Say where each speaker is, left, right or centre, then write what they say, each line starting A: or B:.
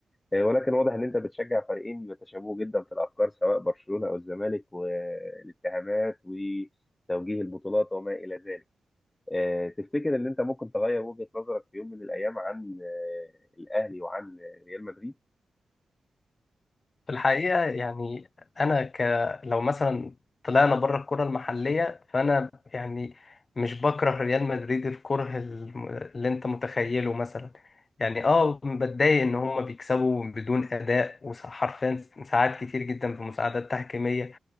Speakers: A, on the left (about 15°); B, on the left (about 40°).
A: آه، ولكن واضح ان انت بتشجع فريقين بيتشابهوا جدا في الافكار سواء برشلونه او الزمالك والاتهامات وتوجيه البطولات وما الى ذلك آه، تفتكر ان انت ممكن تغير وجهه نظرك في يوم من الايام عن آه، الاهلي وعن آه، ريال مدريد
B: في الحقيقة يعني أنا ك لو مثلا طلعنا بره الكرة المحلية فأنا يعني مش بكره ريال مدريد الكره الم- اللي أنت متخيله مثلا يعني أه بتضايق إن هما بيكسبوا بدون أداء وحرفيا ساعات كتير جدا بمساعدات تحكيمية